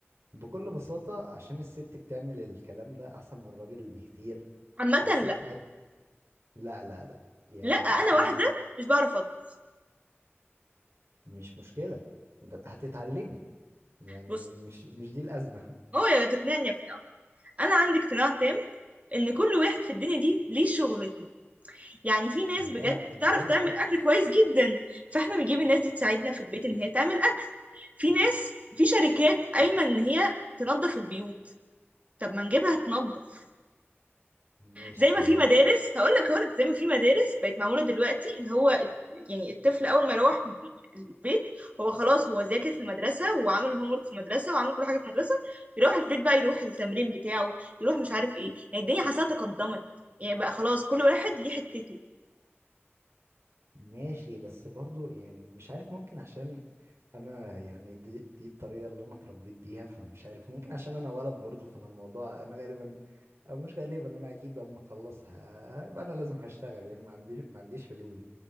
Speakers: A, on the right (about 75°); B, on the right (about 30°).
A: بكل بساطة عشان الست بتعمل الكلام ده احسن من الراجل بكتير
B: عامة
A: والست
B: لا
A: هي لا لا لا يعني
B: لا أنا
A: اسمعي
B: واحدة مش بعرف أطبخ
A: مش مشكلة ب- هتتعلمي يعني
B: بص
A: مش مش دي الأزمة
B: هو يا تقنعني يقنع أنا عندي اقتناع تام إن كل واحد في الدنيا دي ليه شغلته يعني
A: <laughs>
B: في ناس
A: تمام
B: بجد
A: طب
B: بتعرف
A: ما حلو
B: تعمل
A: اهو
B: أكل كويس جدا فإحنا بنجيب الناس دي تساعدنا في البيت إن هي تعمل أكل في ناس في شركات قايمة إن هي تنظف البيوت طب ما نجيبها تنظف
A: ماشي
B: زي
A: طيب
B: ما في مدارس هقول لك هقول لك زي ما في مدارس بقت معموله دلوقتي اللي هو الت- يعني الطفل اول ما يروح البيت هو خلاص هو ذاكر في المدرسه وعمل هوم ورك في المدرسه وعمل كل حاجه في المدرسه بيروح البيت بقى يروح التمرين بتاعه يروح مش عارف ايه يعني الدنيا حاسه تقدمت يعني بقى خلاص كل واحد ليه حتته
A: ماشي بس برضو يعني مش عارف ممكن عشان انا يعني دي, دي الطريقة اللي انا اتربيت بيها فمش عارف ممكن عشان انا ولد برضو فانا الموضوع انا غالبا او مش غالبا انا اكيد لما اخلصها يبقى انا لازم هشتغل يعني ما عنديش ما عنديش حلول